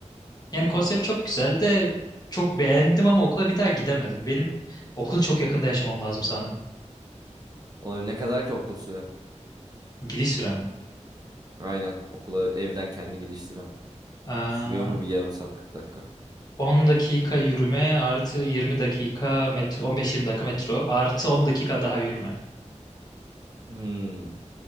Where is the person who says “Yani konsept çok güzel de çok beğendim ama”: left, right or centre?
Left